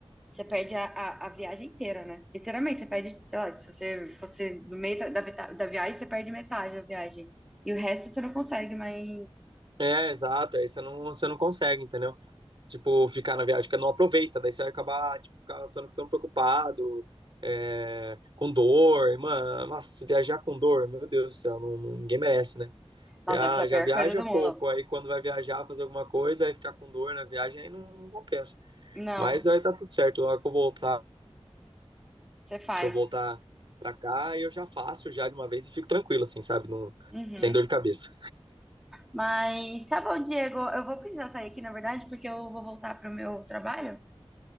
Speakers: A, in the centre; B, on the right.
A: você perde a, a, a viagem inteira, né? Literalmente, você perde, sei lá, se você, quando você no meio da, da, veta- da viagem, você perde metade da viagem. E o resto você não consegue mais.
B: É, exato. Aí você não, você não consegue, entendeu? Tipo, ficar na viagem, que não aproveita. Daí você vai acabar, tipo, ficar, ficando, ficando preocupado, é, com dor. Mano, nossa, viajar com dor, meu Deus do céu, não, não- ninguém merece, né?
A: Nossa,
B: Já,
A: deve ser a pior
B: já viaja
A: coisa do
B: pouco,
A: mundo.
B: aí quando vai viajar, fazer alguma coisa, aí ficar com dor na viagem, aí não, não compensa.
A: Não,
B: Mas vai estar tudo certo. Na hora que eu voltar,
A: você faz.
B: que eu voltar pra cá, eu já faço já de uma vez e fico tranquilo, assim, sabe? Não,
A: Uhum.
B: sem dor de cabeça.
A: Mas tá bom, Diego. Eu vou precisar sair aqui, na verdade, porque eu vou voltar pro meu trabalho.